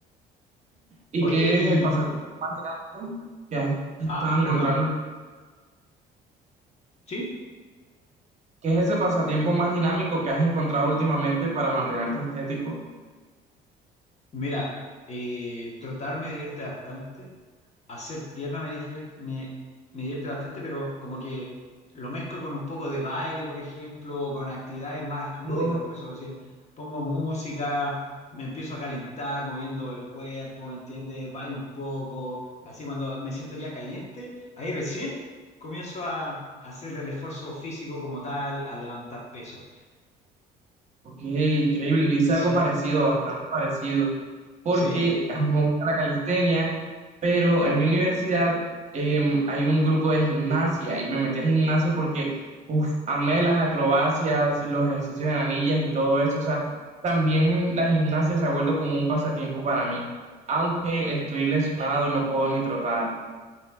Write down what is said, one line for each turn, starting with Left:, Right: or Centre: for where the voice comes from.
Right: ¿Y
Left: Oye,
Right: que
Left: y...
Right: es el pasatiempo más dinámico que has estado
Left: Ah,
Right: encontrando
Left: perdón. Sí,
Right: ¿Qué es ese pasatiempo más dinámico que has encontrado últimamente para mantenerte estético?
Left: mira, eh, trotar me divierte bastante. hacer pierna me, difi- me, me divierte bastante, pero como que lo mezclo con un poco de baile, por ejemplo, o con actividades más lúdicas,
Right: Oh,
Left: por eso, es decir, pongo música, me empiezo a calentar moviendo el cuerpo, ¿me entiendes? Bailo un poco, así cuando me siento ya caliente, ahí recién comienzo a hacer el esfuerzo físico como tal, a levantar peso.
Right: ok, increíble. Yo hice
Left: Sí,
Right: algo parecido, bastante parecido, porque
Left: sí.
Right: a mí me gusta la calistenia, pero en mi universidad em, hay un grupo de gimnasia y me metí a gimnasia porque, uff, amé las acrobacias, los ejercicios en anillas y todo eso. O sea, también la gimnasia se ha vuelto como un pasatiempo para mí, aunque estoy lesionado y no puedo ni trotar,